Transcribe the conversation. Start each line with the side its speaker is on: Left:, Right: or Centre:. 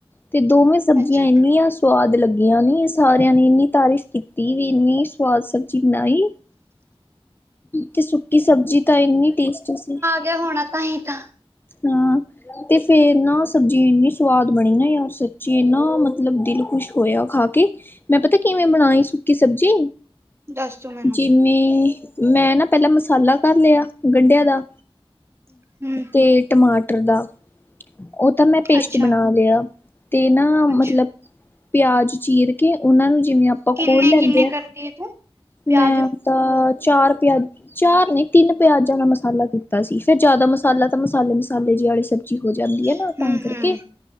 Left: ਤੇ ਦੋਵੇਂ ਸਬਜ਼ੀਆਂ
Right: ਅੱਛਾ
Left: ਇੰਨੀਆ ਸੁ ਸਵਾਦ ਲੱਗੀਆਂ ਨੇ, ਸਾਰਿਆਂ ਨੇ ਇੰਨੀ ਤਾਰੀਫ਼ ਕੀਤੀ ਵੀ ਇੰਨੀ ਸਵਾਦ ਸਬਜ਼ੀ ਬਨਾਈ। ਤੇ ਸੁੱਕੀ ਸਬਜ਼ੀ ਤਾਂ ਇੰਨੀ ਟੇਸਟੀ ਸੀ।
Right: ਤੇ ਹੋਣਾ ਤਾਂ ਹੀ ਤਾਂ
Left: ਹਾਂ ਤੇ ਫੇਰ ਨਾ ਸਬਜ਼ੀ ਇੰਨੀ ਸਵਾਦ ਬਣੀ ਨਾ ਯਾਰ, ਸੱਚੀ ਇਨਾ ਮਤਲਬ ਦਿਲ ਖੁਸ਼ ਹੋਇਆ ਖਾ ਕੇ, ਮੈਂ ਪਤਾ ਕਿਵੇਂ ਬਣਾਈ ਸੁੱਕੀ ਸਬਜ਼ੀ
Right: ਦੱਸ ਤੂੰ ਮੈਨੂੰ
Left: ਜ ਮ ਮੈਂ ਨਾ ਪਹਿਲਾਂ ਮਸਾਲਾ ਕਰ ਲਿਆ ਗੰਢਿਆਂ ਦਾ
Right: ਹਮ
Left: ਤੇ ਟਮਾਟਰ ਦਾ ਓ ਤਾਂ ਮੈਂ ਪੇਸਟ
Right: ਅੱਛਾ
Left: ਬਨਾ ਲਿਆ ਤੇ ਨਾ
Right: ਅੱਛਾ
Left: ਮਤਲਬ ਪਿਆਜ ਚੀਰ ਕੇ ਓਨਾਂ ਨੂੰ ਜਿਵੇਂ ਆਪਾਂ
Right: ਕਿੰਨੇ-ਕਿੰਨੇ
Left: ਖੋਲ ਲੈਂਦੇ
Right: ਕਰਦੀ
Left: ਆ
Right: ਐ ਤੂੰ? ਪਿਆਜ
Left: ਮੈਂ ਆਪਦਾ ਚਾਰ ਪਿਆ, ਚਾਰ ਨੇ ਤਿੰਨ ਪਿਆਜਾਂ ਦਾ ਮਸਾਲਾ ਕੀਤਾ ਸੀ ਫੇਰ ਜਾਦਾ ਮਸਾਲਾ ਤਾਂ ਮਸਾਲੇ, ਮਸਾਲੇ ਜੀ ਆਲੀ ਸ ਸਬਜ਼ੀ ਹੋ ਜਾਂਦੀ ਐ ਨਾ
Right: ਹਮ
Left: ਤਾਂ ਕਰਕੇ
Right: ਹਮ